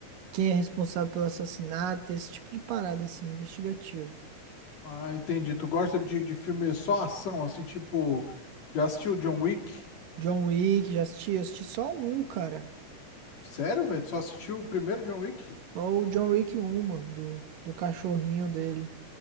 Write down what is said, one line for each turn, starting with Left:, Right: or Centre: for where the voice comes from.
Right: quem é responsável pelo assassinato, esse tipo de parada, assim, investigativo.
Left: Ah, entendi. Tu gosta de, de filme só ação, assim, tipo, já assistiu John Wick?
Right: John Wick, já assisti, assisti só um, cara.
Left: Sério, velho? Tu só assistiu o primeiro John Wick?
Right: Só o John Wick um, mano, do, do cachorrinho dele.